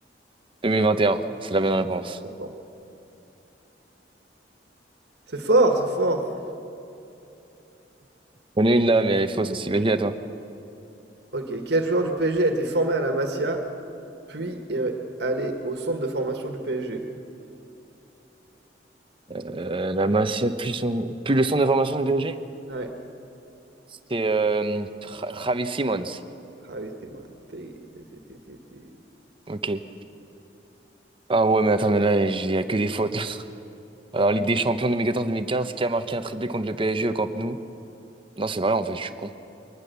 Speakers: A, on the right; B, on the right.
A: 2021, c'est la bonne réponse.
B: C'est fort. C'est fort, c'est fort.
A: On ai une là, mais elle est fausse aussi. Vas-y, à toi.
B: Ok, quel joueur du PSG a été formé à la Masia, puis est allé au centre de formation du PSG?
A: Euh, la Masia, plus, son- plus le centre de formation du PSG?
B: Ouais.
A: C'est euh, Tra- Travis Simons.
B: Ah oui, c'était T'es- t'es- t'es- t'es- t'es- t'es.
A: Ok. Ah ouais, mais attends, mais là, il n'y a que des fautes. là. Alors, Ligue des Champions 2014-2015, qui a marqué un triplé contre le PSG au Camp Nou? Non, c'est vrai, en fait, je suis con.